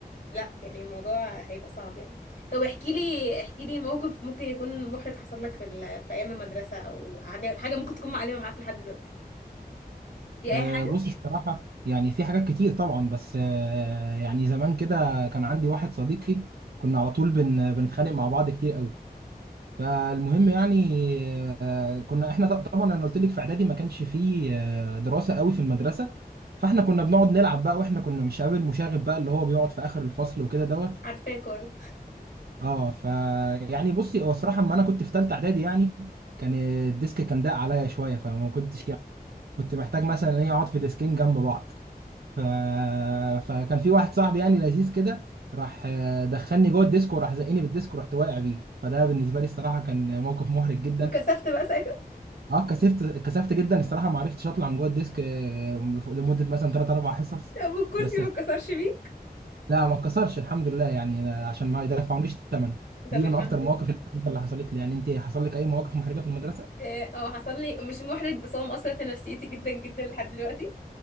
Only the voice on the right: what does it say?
آه،
بص الصراحة يعني في حاجات كتير طبعا بس آه، يعني زمان كده كان عندي واحد صديقي كنا على طول بن بنتخانق مع بعض كتير قوي فالمهم يعني آه، كنا احنا ط- طبعا انا قلت لك في اعدادي ما كانش فيه آه، دراسه قوي في المدرسه فاحنا كنا بنقعد نلعب بقى واحنا كنا مش قابل مشاغب بقى اللي هو بيقعد في اخر الفصل وكده دوت
اه ف يعني بصي هو الصراحه اما انا كنت في ثالثه اعدادي يعني كان الديسك كان ضاق عليا شويه فما كنتش يعني كنت محتاج مثلا ان انا اقعد في ديسكين جنب بعض ف... فكان في واحد صاحبي يعني لذيذ كده راح آه، دخلني جوه الديسك وراح زقني بالديسك ورحت واقع بيه فده بالنسبه لي الصراحه كان موقف محرج جدا
اه كسفت كسفت جدا الصراحه ما عرفتش اطلع من جوه الديسك آه، لف- لمده مثلا 3 4 حصص
بس
لا ما اتكسرش الحمد لله يعني أنا- عشان ما يدفعونيش الثمن
دي
من اكتر المواقف
المحرجة اللي حصلت لي يعني انت حصل لك اي مواقف محرجه في المدرسه